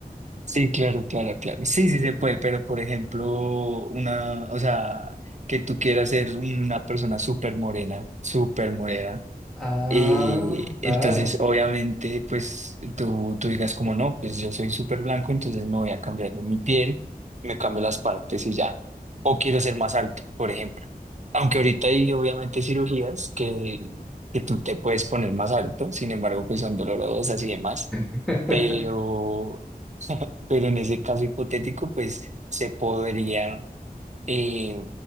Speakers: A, on the right; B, in the centre.
A: Sí, claro, claro, claro. Sí,
B: Ento-
A: sí se puede, pero por ejemplo, una, o sea, que tú quieras ser una persona súper morena, súper morena.
B: ah,
A: Eh,
B: claro.
A: entonces, obviamente, pues tú, tú digas como no, pues yo soy súper blanco, entonces me voy a cambiar mi piel, me cambio las partes y ya. O quiero ser más alto, por ejemplo. Aunque ahorita hay obviamente cirugías que, que tú te puedes poner más alto, sin embargo, pues son dolorosas y demás.
B: <laughs>
A: Pero, <laughs> pero en ese caso hipotético, pues se podría eh,